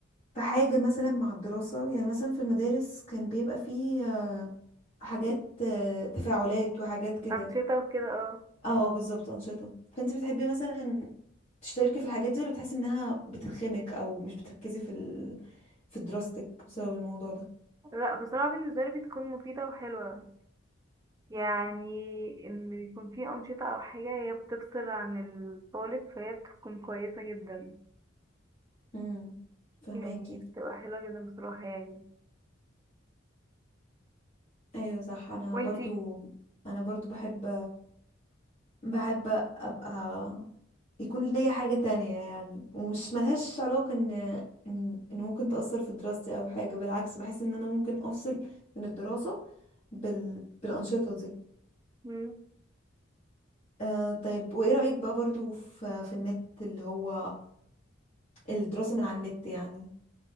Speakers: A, on the left; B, on the right.
A: في حاجة مثلا مع الدراسة يعني مثلا في المدارس كان بيبقى فيه حاجات آه، تفاعلات وحاجات كده
B: أنشطة وكده اه
A: اه بالظبط أنشطة فانت بتحبي مثلا تشتركي في الحاجات دي ولا بتحسي انها بتخمك او مش بتركزي في ال... في دراستك بسبب الموضوع ده
B: لا بصراحة بالنسبة لي بتكون مفيدة وحلوة يعني إن بيكون في أنشطة أو حاجة هي بتفصل عن الطالب فهي بتكون كويسة جدا
A: امم فهماكي
B: يعني بتبقى حلوة جدا بصراحة يعني
A: ايوه صح انا
B: وانتي
A: برضو انا برضو بحب بحب ابقى يكون ليا حاجة تانية يعني ومش ملهاش علاقة ان ان إن ممكن تأثر في دراستي او حاجة بالعكس بحس ان انا ممكن افصل من الدراسة بال... بالأنشطة دي
B: مم.
A: آه طيب وايه رأيك بقى برضو في في النت اللي هو الدراسة من على النت يعني